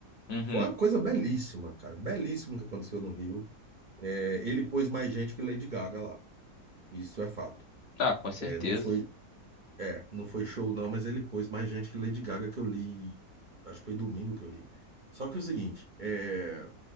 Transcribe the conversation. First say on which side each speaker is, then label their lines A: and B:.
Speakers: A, on the left (about 55°); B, on the right (about 55°).
A: Uhum.
B: Foi uma coisa belíssima, cara, belíssimo que aconteceu no Rio. É, ele pôs mais gente que Lady Gaga lá, isso é fato.
A: Ah, com certeza.
B: É, não foi, é, não foi show não, mas ele pôs mais gente que Lady Gaga que eu li, acho que foi domingo que eu li. Só que é o seguinte, é